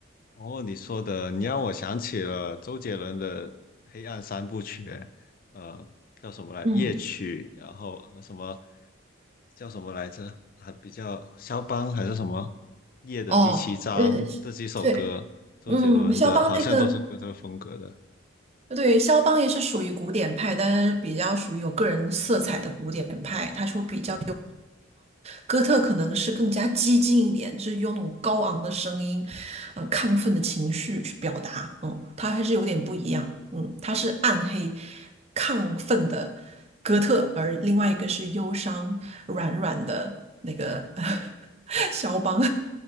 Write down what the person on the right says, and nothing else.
嗯，
哦呃对，
嗯，肖邦那个对，肖邦也是属于古典派，但是比较属于有个人色彩的古典派，他是会比较。哥特可能是更加激进一点，就是用那种高昂的声音，呃，亢奋的情绪去表达。嗯，它还是有点不一样。嗯，它是暗黑、亢奋的哥特，而另外一个是忧伤、软软的那个 <laughs> 肖邦。